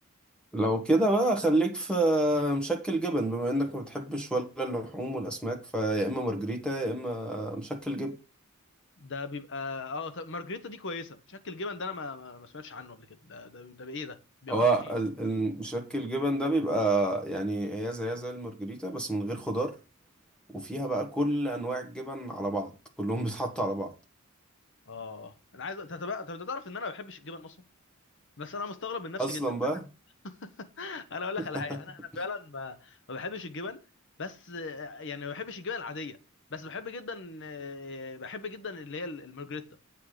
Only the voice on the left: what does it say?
ده بيبقى اه طب مارجريتا دي كويسه شكل الجبن ده انا ما ما ما سمعتش عنه قبل كده ده ده, ده بايه ده بيحط
فيه
اه انا عايز انت بقى- انت تعرف ان انا ما بحبش الجبن اصلا بس انا مستغرب من نفسي
جدا ان
انا <laughs> انا اقول لك
على حاجه انا انا فعلا ما ما بحبش الجبن بس آه، يعني ما بحبش الجبن العاديه بس بحب جدا آه، بحب جدا اللي هي المارجريتا